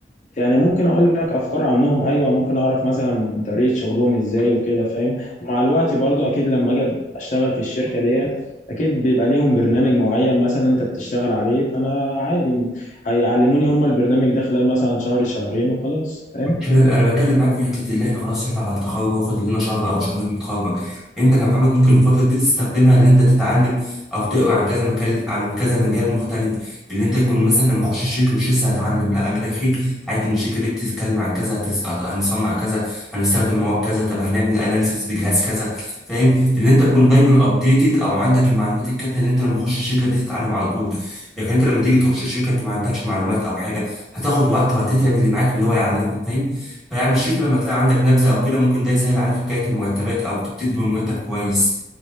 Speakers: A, on the left (about 40°); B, in the centre.
A: يعني ممكن اقول لك افكار عنهم ايوه ممكن اعرف مثلا طريقه شغلهم ازاي وكده فاهم ومع الوقت برضو اكيد لما اجي اشتغل في الشركه ديت اكيد بيبقى ليهم برنامج معين مثلا انت بتشتغل عليه فانا عادي هيعلموني هم البرنامج ده خلال مثلا شهر شهرين وخلاص فاهم؟
B: انا بتكلم معاك في حته اللي احنا خلاص احنا على التخرج اهو فاضل لنا شهر او شهرين نتخرج انت كمحمد ممكن الفتره دي تستخدمها ان انت تتعلم او تقرا عن كذا مجال عن كذا مجال مختلف اللي انت تكون مثلا لما اخش الشركه مش لسه هتعلم لا انا داخل عارف ان الشركه دي بتتكلم عن كذا هتس- هنصنع كذا هنستخدم مواد كذا طب هنعمل اناليسيس بجهاز كذا فاهم اللي انت تكون دايما ابديتد او عندك المعلومات الكافيه اللي انت لما اخش الشركه دي تتعلم على طول لكن انت لما تيجي تخش الشركه انت ما عندكش معلومات او حاجه هتاخد وقت وهتتعب اللي معاك اللي هو يعلمك فاهم فيعني الشريك لما تلاقي عندك نبذة أو كده ممكن ده يسهل عليك حكاية المرتبات أو تبتدي بمرتب كويس